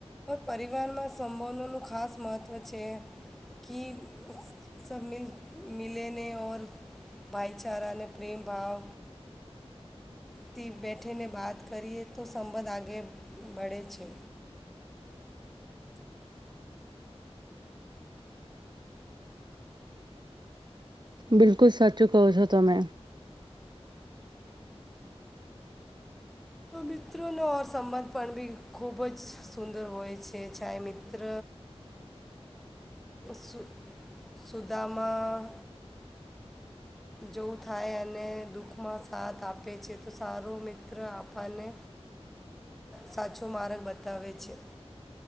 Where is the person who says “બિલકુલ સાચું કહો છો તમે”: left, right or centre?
Right